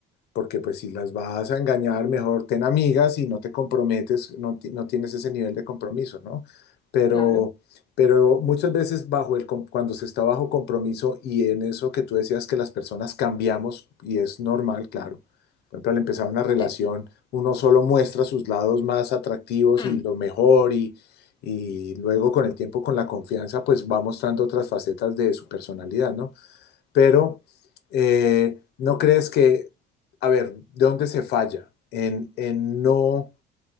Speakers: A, on the left; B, on the left.
A: porque pues si las vas a engañar, mejor ten amigas y no te comprometes, no, ti- no tienes ese nivel de compromiso, ¿no? Pero,
B: Claro,
A: pero muchas veces bajo el, com- cuando se está bajo compromiso y en eso que tú decías que las personas cambiamos, y es normal, claro. Por ejemplo, al empezar una relación,
B: sí.
A: uno solo muestra sus lados más atractivos
B: Mm,
A: y lo mejor y, y luego con el tiempo, con la confianza, pues va mostrando otras facetas de su personalidad, ¿no? pero eh, ¿no crees que, a ver, ¿de dónde se falla? En, en no